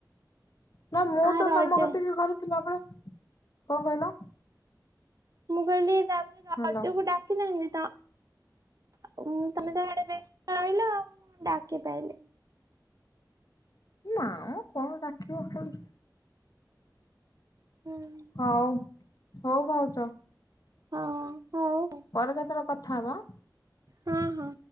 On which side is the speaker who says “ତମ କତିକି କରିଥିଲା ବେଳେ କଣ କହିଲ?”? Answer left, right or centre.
Left